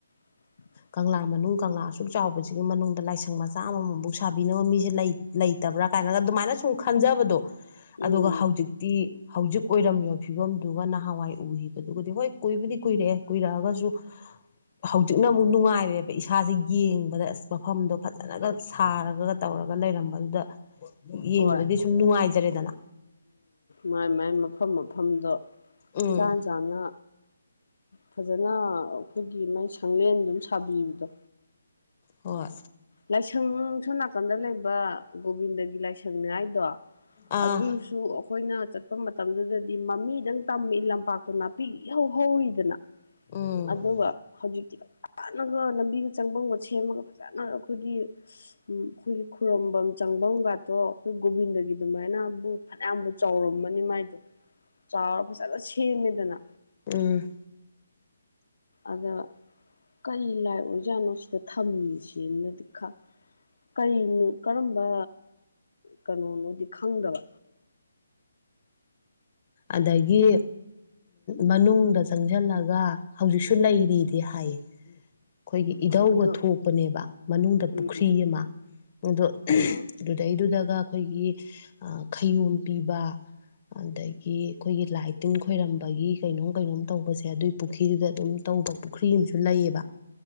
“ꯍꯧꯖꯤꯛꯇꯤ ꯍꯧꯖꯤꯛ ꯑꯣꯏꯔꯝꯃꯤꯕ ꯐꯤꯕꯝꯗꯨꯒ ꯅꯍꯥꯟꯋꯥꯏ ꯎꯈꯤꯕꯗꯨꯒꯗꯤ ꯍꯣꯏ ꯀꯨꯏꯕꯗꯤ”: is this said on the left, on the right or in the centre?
Left